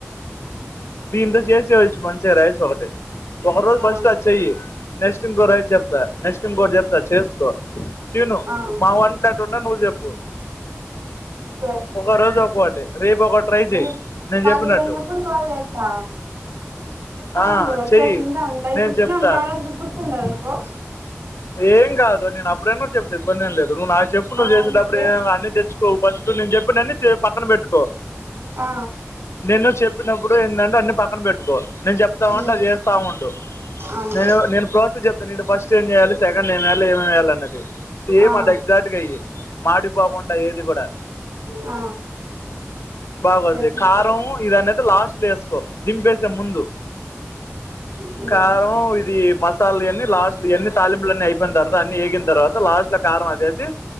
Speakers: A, on the left; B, on the right.
A: బీమ్ ద చేజ్ చ్చు మంచిగా రైస్ ఒకటి ఒక రోజు ఫస్ట్
B: ఆ
A: అది చేయి నెక్స్ట్ ఇంకో రైస్ చెప్తా నెక్స్ట్ ఇంకోటి చెప్తా చేసుకో తిను
B: ఆ
A: మా వంటలుంటంటే నువ్వు చెప్పు
B: సరే
A: ఒక రోజు ఒక్కోటి రేపు ఒకటి ట్రై
B: నేను
A: చెయి నేను
B: ఖాళీగా
A: చెప్పినట్టు
B: ఉన్నప్పుడు కాల్ చేస్తాండు
A: ఆ చెయ్యి
B: ఉంట ఇప్పుడు
A: నేను
B: తిన్న
A: చెప్తా
B: వనుకో ఆ రోజు గు తుండదనుకో
A: ఏం కాదు నేను అప్పుడేన్నో చెప్తా ఇబ్బంది ఏం లేదు నువ్వు నాకు చెప్పు నువ్వు
B: ఆ
A: చేసేప్పుడు
B: అందుకే
A: ఏంలే అన్ని తెచ్చు ఫస్ట్ నేను చెప్పినన్ని పక్కన పెట్టుకో
B: ఆ
A: నేను చెప్పినప్పుడు ఏందాంటే అన్ని పక్కన పెట్టుకో నేను చెప్తా ఉంటే
B: ఉమ్
A: అది చేస్తా ఉండు
B: అంతే
A: నేను నేను ప్రాసెస్ చెప్తాను ఇటు ఫస్ట్ ఏం చేయాలి సెకండ్ ఏం చేయాలి ఏమేమియాలి అన్నది సేమ్
B: ఆ
A: అది ఎగ్జాక్ట్గా అయి మాడిపోకుండా ఏది కూడా
B: ఆ
A: బాగుద్ది
B: చేస్తా
A: కారం ఇది అనేది లాస్ట్ లో వేసుకో దింపేసే ముందు
B: ఆ
A: కారం ఇది మస్ మసాలాలు ఈ యాన్నీ లాస్ట్ ఇయన్ని తాలీంపూలన్నీ అయినర్వాత అన్ని ఏగిం తర్వాత లాస్ట్ లో కారం ఆదేసి